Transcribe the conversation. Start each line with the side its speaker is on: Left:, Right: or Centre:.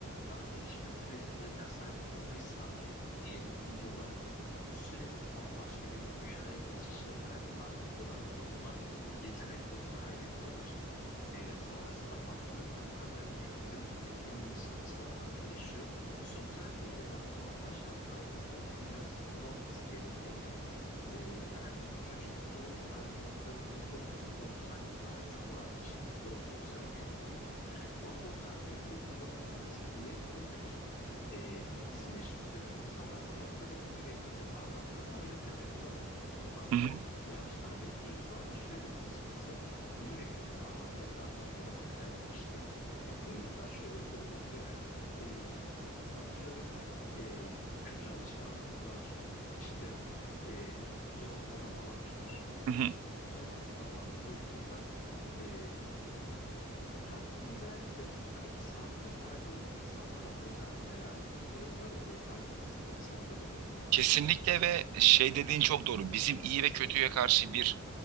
Left: daha gelişme sürecindeyken sadece 15 saniyelik videolarla sürekli bambaşka bir dünyaya geçiş yaparak artık odaklanma yeteneklerini kaybediyorlar. Ee, sonrasında baktığımızda ben benim gözümdeki en büyük sıkıntılardan biri şu. Sosyal medyaların normal şartlarda 18 yaş sınırı olması gerekirken e, herhangi bir çocuk doğum tarihini atıyorum 1990 yaparak çok rahat bir şekilde o sosyal medyaya girip o sosyal medyayı kullanabilmesi bu ve buradaki e, bizim yaşımızdaki insanlar bir noktada iyi ve kötü kavramlarını ayırt edebiliyorlar. Ancak
Right: Hı hı,
Left: bu yaşlardaki çocuklarda şöyle bir sıkıntı var. İyi ve kötü kavramları daha tam olarak ayrılmış değil. Yani bu yüzden şöyle bir durum oluyor. Yani e, atıyorum e, kötü alışkanlıklar işte e, zorbalamalar.
Right: hı hı.
Left: Sonrasında baktığımızda e, tabiri caizse hani sabıka kaydı olan insanlara özenmeler gibi durumlar oluyor. Farkındasın değil mi sen de bunun?
Right: Kesinlikle ve şey dediğin çok doğru. Bizim iyi ve kötüye karşı bir